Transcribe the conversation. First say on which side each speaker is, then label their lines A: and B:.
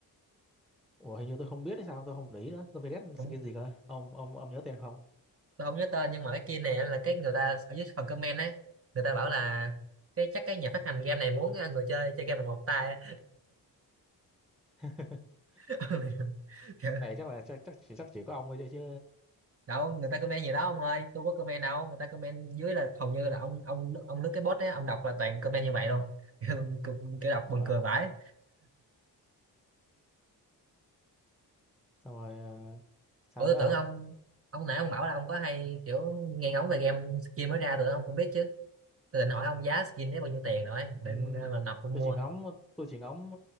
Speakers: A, in the centre; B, on the right.
A: Ủa, hình như tôi không biết hay sao tôi không để ý nữa tôi phải ghét
B: không
A: skin gì cơ ông ông ông nhớ tên không
B: tôi không nhớ tên nhưng mà cái kia này là cái người ta ở dưới phần comment ấy người ta bảo là cái chắc cái nhà phát hành game này muốn ờ, người chơi chơi game bằng một tay
A: <laughs>
B: <laughs> Kiểu,
A: này chắc là chắc chắc chỉ chắc chỉ có ông thôi chứ chứ
B: đâu người ta comment gì đó ông ơi tôi có comment đâu người ta comment dưới là hầu như là ông ông ông lướt cái bot ấy ông đọc là toàn comment như vậy luôn <laughs> kiểu, kiểu đọc
A: ủa
B: buồn cười vãi
A: xong rồi ờ, sao
B: ủa tôi
A: nữa
B: tưởng
A: không
B: ông ông nãy ông bảo là ông có hay kiểu nghe ngóng về game skin mới ra rồi ông cũng biết chứ tôi định hỏi ông giá skin đấy bao nhiêu tiền rồi
A: Ừm,
B: định ờ, là nộp ông
A: tôi
B: mua
A: chỉ ngắm tôi chỉ ngắm